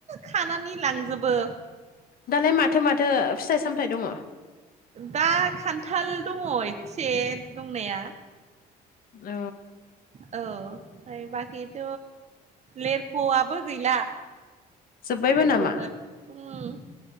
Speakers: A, on the right (about 40°); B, on the left (about 60°).
A: खानानै लांजोबो।
B: दालाय माथो माथो फिथाइ सामथाइ दङ?
A: दा खान्थाल दङ एस्से दंनाया।
B: अ
A: औ ओमफ्राय बाखिथ' लेफआबो गैला।
B: जोब्बायबो
A: लेथुखु'फोर।
B: नामा
A: उम